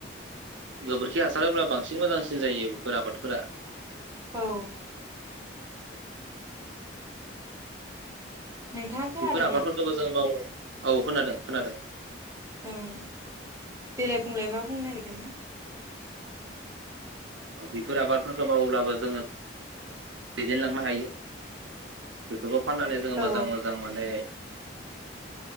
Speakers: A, on the right (about 75°); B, on the right (about 15°).
A: गोबोरखि हासारोब्ला बांसिन मोजांसिन जायो बेफोर आबादफोरा।
B: औ। नोंथाङा खोनादोंना
A: बेफोर आबादफोरखौबो जों मावो औ खोनादों खोनादों।
B: ओं देेलाय बुंलाय मा बुंनो नागिरदोंमोन?
A: बेफोर आबादफोरखौ मावोब्लाबो जोङो दैदेनलांनो हायो बेफोरखौ फाननानै जोङो
B: औ
A: मोजां मोजां माने